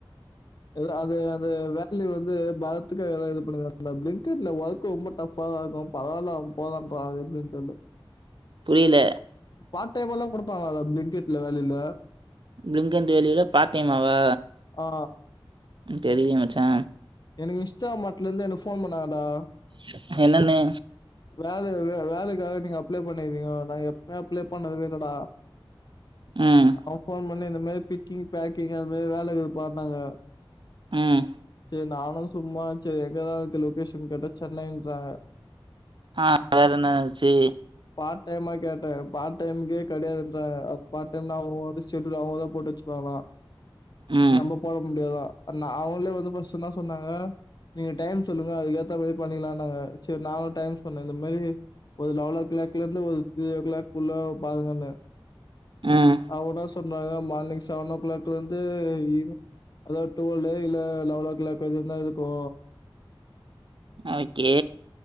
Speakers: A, on the left; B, on the right.
A: இல்லா அது அது வேலி வந்து பாரத்துக்கு எதது இது பண்ணுறாங்க அப்டி கில்ல வாழ்க்க ரொம்ப டப்பா தா இருக்கு பரவால்லா போலாம் வா எப்டின்னு சொல்லு
B: புரியல
A: பா <unintelligible> லா கொடுப்பா அவ அத பிங்கெட்ல வேலில
B: பிங்கட் வேலியில பார்த்டைமாவா
A: ஆ
B: தெரியல மச்சா
A: எனக்கு இன்ஷ்டா மாட்டலருந்து எனக்கு ஃபோன் பண்ணாகளா
B: ச <inaudible> என்னன்னு
A: வேலை வே- வேலைக்காக நீங்க அப்ளை பண்ணீங்திக நா எப்வே அப்ளை பண்ணது இல்டா
B: ம்
A: அவ ஃபோன் பன்னி இந்த மரி பிக்கிங் பேக்கிங் அது மாரி வேலக்குதுப்பார்நாங்க
B: ம்
A: செரி நானு சும்மா செரி எங்கதா இருகுதுன் லொகேஷன் கேட்டா சென்னைன்றாங்க
B: ஆ வேற என்னாச்சு
A: பார்ட் டைம்மா கேட்டே பார்ட் டைமு்கே கிடையாதுன்றாங்க அப் பார்ட் டைம்னா அவங்க வந்து ஷெடுல் அவங்கதா போட்டு வச்சுப்பாங்லா
B: ம்
A: நம்ம போட முடியாதா நா அவங்களே வந்து ஃபஸ்ட் என்ன சொன்னாங்க நீங்க டைம் சொல்லுங்க அதுக்க ஏத்த மாதிரி பண்ணிக்கலா நாங்க சரி நானு டைம் சொன்னே இந்த மாதிரி ஒரு லவல த்ரியோ கிளாக்ல இருந்து ஒரு த்ரியோ கிளாக்குள்ள பாருங்கன்னே
B: ம்
A: அவுடா சொ சொன்னாங்க மார்னிங் செவன் ஓ கிளாக்ல இருந்து ஈவினி அதாவது டுவெல்ல இல்ல லெவன் ஓ கிளாக் வரைக்குதா இருக்கு
B: ஓகே